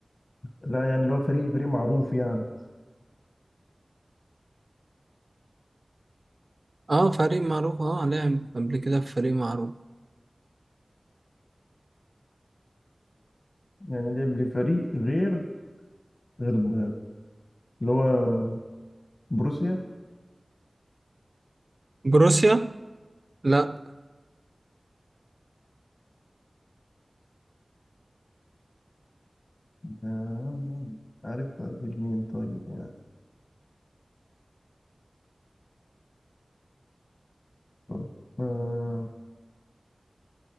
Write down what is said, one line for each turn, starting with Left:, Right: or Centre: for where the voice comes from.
Left: لا يعني اللي هو فريق فريق معروف يعني
Right: اه فريق معروف اه لعب قبل كده في فريق معروف
Left: يعني لعب لفريق غير غير البايرن اللي هو بروسيا؟
Right: بروسيا لا
Left: آه، عارف أجيب مين طيب يعني طب آه،